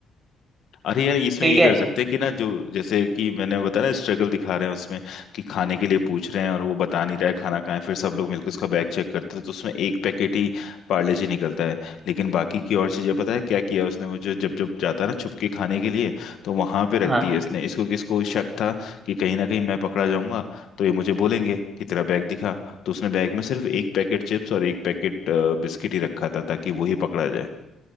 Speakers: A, on the left (about 75°); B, on the right (about 25°).
A: अरे यार इसमें
B: ठीक
A: ये
B: है
A: कर सकते हैं कि ना जो जैसे कि मैंने बताया ना स्ट्रगल दिखा रहे हैं उसमें कि खाने के लिए पूछ रहे हैं और वो बता नहीं रहा है खाना कहाँ है फिर सब लोग मिलकर उसका बैग चेक करते हैं तो उसमें एक पैकेट ही पार्ले जी निकलता है लेकिन बाकी की और चीजें पता है क्या किया उसने वो जो जब जब जाता है ना छुप के खाने के लिए तो वहां पे
B: हाँ
A: रख दिए इसने इसको किसको शक था कि कहीं ना कहीं मैं पकड़ा जाऊंगा तो ये मुझे बोलेंगे कि तेरा बैग दिखा तो उसने बैग में सिर्फ एक पैकेट चिप्स और एक पैकेट बिस्किट ही रखा था ताकि वो ही पकड़ा जाए